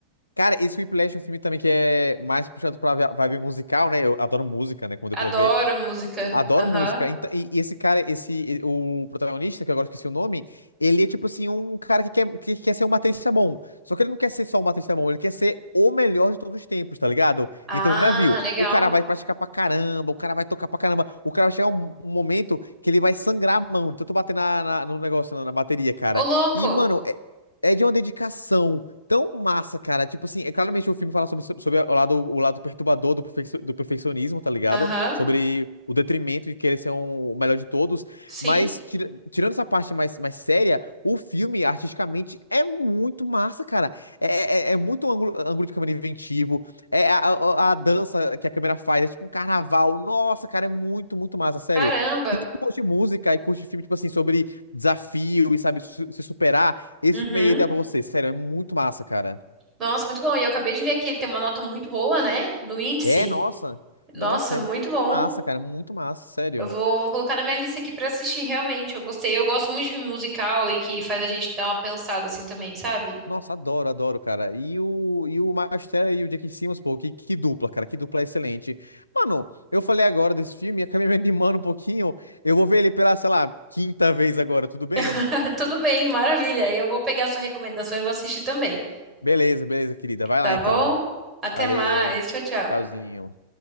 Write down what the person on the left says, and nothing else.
Cara, esse Whiplash é um filme também que é mais puxado pra vi- vibe musical, né? Eu adoro música, né? Como
deu pra ver.
Adoro
música. Então, e, e esse cara, esse, e- o protagonista, que eu agora eu esqueci o nome, ele é tipo assim, um cara que quer, que quer ser um baterista bom. Só que ele não quer ser só um baterista bom, ele quer ser o melhor de todos os tempos, tá ligado?
Então já viu,
o cara vai praticar pra caramba, o cara vai tocar pra caramba, o cara vai chegar um, um momento que ele vai sangrar a mão, de tanto bater na, na- no negócio, na, na bateria, cara.
E, mano, é, é de uma dedicação. Tão massa, cara. Tipo assim, é claramente o filme fala sobre, sobre o lado, o lado perturbador do, perfec- do perfeccionismo, tá ligado?
sobre o detrimento de querer ser um- o melhor de todos.
Mas, tira- tirando essa parte mais, mais séria, o filme, artisticamente, é muito massa, cara. É, é, é é muito um ângulo, ângulo de câmera inventivo. É a, a- a dança que a câmera faz, é tipo um carnaval. Nossa, cara, é muito, muito massa, sério.
Se tu curte música e curte filme, tipo assim, sobre desafio e, sabe, su- se superar, esse
filme aí é ideal pra você, sério, é muito massa, cara.
É, nossa.
Nossa,
é muito
massa, cara, muito massa, sério.
Nossa, adoro, adoro, cara. E o, e o Miles Teller e o Jake Simmons, pô, que, que dupla, cara, que dupla excelente. Mano, eu falei agora desse filme, acabei <laughs> me animando um pouquinho. Eu vou ver ele pela, sei lá, quinta vez agora, tudo bem?
Beleza, beleza, querida. Vai
lá então.
Valeu.
Tchauzinho.